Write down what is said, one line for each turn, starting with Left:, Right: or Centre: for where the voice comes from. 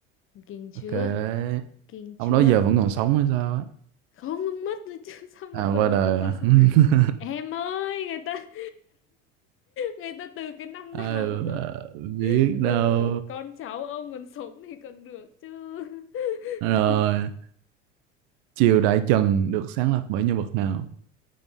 Left: <laughs> kinh chưa
Right: ok đấy
Left: Kinh
Right: ông
Left: chưa?
Right: đó giờ vẫn còn sống hay sao á
Left: Không, ông mất rồi chứ <laughs> sao mà
Right: à
Left: giờ
Right: qua
Left: ông
Right: đời
Left: vẫn còn
Right: à
Left: sống?
Right: <laughs>
Left: Em ơi, người ta <laughs> người ta từ cái năm
Right: Ờ,
Left: nào rồi?
Right: biết
Left: <laughs> Rồi
Right: đâu
Left: con cháu ông còn sống thì còn được chứ.
Right: rồi
Left: <laughs>
Right: triều Đại Trần được sáng lập bởi nhân vật nào